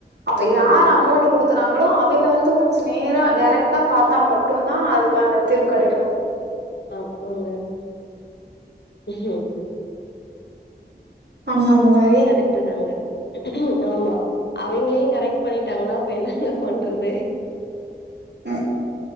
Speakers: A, on the right (about 80°); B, on the left (about 85°).
A: அப்போ
B: ஆமாங்க.
A: யார் அமௌன்ட் குடுக்குறாங்களோ அவிங்க வந்து ஒன்ஸ் நேரா டைரக்டா பாத்தா மட்டுந் தா அதுக்கான தீ்ர்வு கெடைக்கு
B: அப்பாங்க
A: ஆனா அந்த மார்
B: கரெக்ட்டு தாங்க ஆமா அவிங்களையு கரெக்ட் பண்ணிட்டாங்கன்னா அப்ப என்னங்க பண்றது
A: ஆ